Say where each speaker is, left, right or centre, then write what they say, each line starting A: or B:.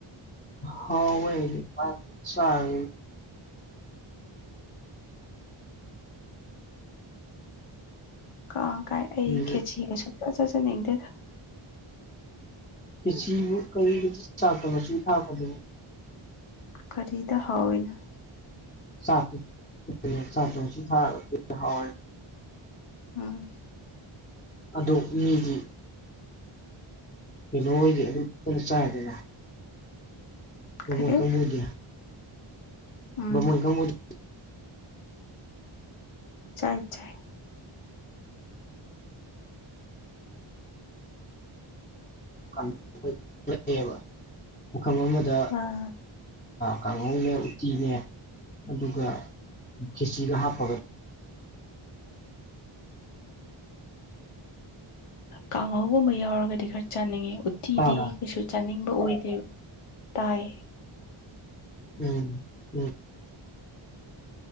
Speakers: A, on the left; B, on the left.
A: ꯍꯥꯎꯥꯏ ꯎ ꯁꯥ ꯍꯥꯏ
B: ꯀꯥꯡ ꯀꯥꯏ ꯑꯩ
A: ꯃꯤꯗꯤ
B: ꯈꯦꯆꯤꯒ ꯁꯨꯡꯆꯥ ꯆꯥꯖꯅꯤꯡꯗꯦꯗ꯫
A: ꯈꯦꯆꯤꯕꯨ ꯀꯔꯤ ꯕꯤꯠ ꯆꯥꯛꯇ ꯃꯆꯨ ꯊꯥꯛꯄꯗꯨꯕꯨ꯫
B: ꯈꯔꯤꯗ ꯍꯅ
A: ꯆꯥꯇ ꯆꯥꯇꯣꯡꯁꯨ ꯊꯥꯔ ꯍ
B: ꯎꯝ꯫
A: ꯑꯗꯣ ꯃꯤꯗꯤ꯫ ꯀꯩꯅꯣ ꯍꯣꯏꯗꯤ ꯑꯗꯨꯇꯅ ꯆꯥꯗꯅ ꯕꯥꯃꯣꯟ
B: ꯀꯔꯤ
A: ꯀꯃꯕꯨꯗꯤ
B: ꯎꯝ
A: ꯕꯥꯃꯣꯟ ꯀꯥꯡꯕꯨꯗꯤ
B: ꯆꯥꯏ ꯆꯥꯏ꯫
A: <unintelligible> ꯄꯐꯝ ꯑꯃꯗ
B: ꯑ
A: ꯀꯥꯡꯍꯧꯅꯦ ꯎꯇꯤꯅꯦ ꯑꯗꯨꯒ ꯈꯦꯆꯤꯒ ꯍꯥꯞꯄꯒ
B: ꯀꯥꯡꯍꯧꯒꯨꯝꯕ ꯌꯥꯎꯔꯒꯗꯤ ꯈꯔ ꯆꯥꯅꯤꯡꯉꯤ ꯎꯠꯇꯤꯗꯤ
A: ꯇꯥꯕ꯭ꯔꯥ
B: ꯀꯩꯁꯨ ꯆꯥꯅꯤꯡꯕ ꯑꯣꯏꯗꯦꯕ ꯇꯥꯏ꯫
A: ꯎꯝ ꯎꯝ